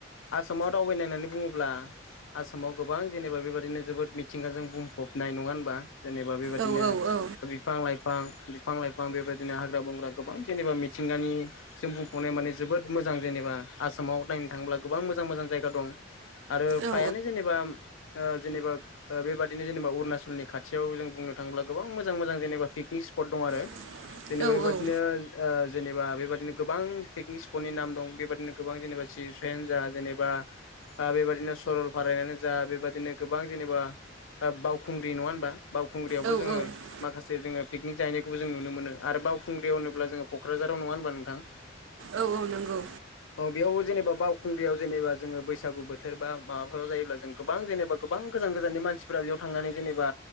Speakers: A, on the left; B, on the right.
A: आसामाव दावबायनाय होननानै बुङोब्ला आसामाव गोबां जेनेबा बेबादिनो जोबोद मिथिंगाजों बुंफबनाय नङा होनबा? जेनेबा बेबायदिनो
B: औ औ औ
A: बिफां लाइफां बिफां लाइफां बेबायदिनो हाग्रा बंग्रा गोबां जेनेबा मिथिंगानि जों बुंफ'नाय माने जोबोद मोजां जेनेबा आसामाव नायनो थांङोब्ला गोबां मोजां मोजां जायगा दं। आरो
B: औ
A: फ्रायानो जेनेबा ओ जेनेबा ओ बेबाददिनो जेनेबा अरुनाचलनि खाथियाव जों बुंनो थांङोब्ला गोबां मोजां मोजां जेनबा पिकनिक स्पट दं आरो।
B: <inaudible>
A: जेनेबा बेबा
B: औ
A: ओ ओ जेनेबा बेबदिनो गोबां पिकनिक स्पटनि नाम दं बेबदिनो गोबां जेनेबा <unintelligible> यानो जा जेनेबा आ बेबादिनो सरल फारायानो जा बेबादिनो गोबां जेनेबा ओ बावखुंग्रि नंङा होनबा? बावखुंग्रियावबो
B: औ
A: जोंङो माखासे जोंङो पिकनिक जाहैनायखौबो जों नुनो मोनो आरो बाव खुंग्रि‌ होनोब्ला जोंङो क'क्राझार नंङा होनबा नोंथां।
B: औ औ नंगौ
A: औ बेयावबो जेनेबा बावखुंग्रियाव जेनेबा जोंङो बैसागु बोथोर बा माबाफोराव जायोब्ला जों गोबां जेनेबा गोबां गोजान गोजाननि मानसिफोरा बेयाव थांनानै जेनेबा